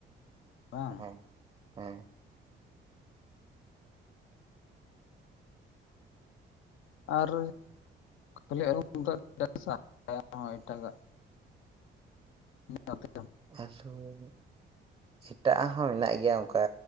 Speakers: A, on the left (about 80°); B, on the right (about 20°).
A: ᱵᱟᱝ?
B: ᱦᱮᱸ ᱦᱮᱸ
A: ᱟᱨ ᱠᱷᱟᱹᱞᱤ <unintelligible> ᱪᱟᱥᱟ ᱟᱨᱦᱚ ᱮᱴᱟᱜᱟᱜ ᱦ
B: ᱟᱨᱦᱚᱸ ᱮᱴᱟᱜ ᱦᱚᱸ ᱢᱮᱱᱟᱜ ᱜᱮᱭᱟ ᱚᱱᱠᱟ